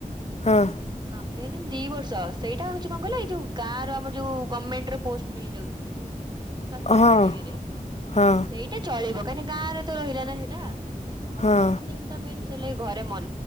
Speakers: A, on the left; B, on the right.
A: ହଁ
B: ହଁ ଏ ଏନ୍ ଏମ୍ ଦି ବର୍ଷ ସେଇଟା ହଉଛି କଣ କହିଲ ଏଇ ଯୋଉ ଗାଁ ର ଆମରୋଉ ଗର୍ଣ୍ଣମେଣ୍ଟ ର ପୋଷ୍ଟ ମିଳିଯାଉଛି ଯୋଉ ସ୍ଵାସ୍ଥ୍ୟ
A: ହଁ
B: କେନ୍ଦ୍ର ଇଏରେ
A: ହଁ
B: ସେ ଚଳିବ କାହିଁକି ଗଁରେ ତ ରହିଲ ନା ସେଇଟା ଆଉ
A: ହଁ
B: ନର୍ସିଂ ଟା ମେନ୍ ସେଲେଇ ଘରେ ମନ